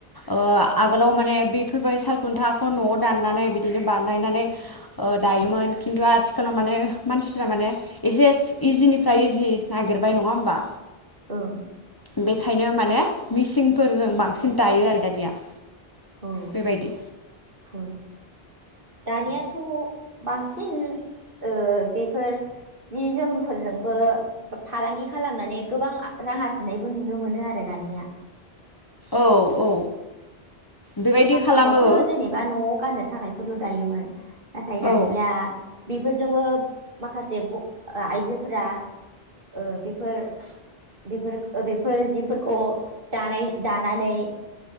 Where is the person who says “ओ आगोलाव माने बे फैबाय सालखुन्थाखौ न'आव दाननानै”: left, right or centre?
Left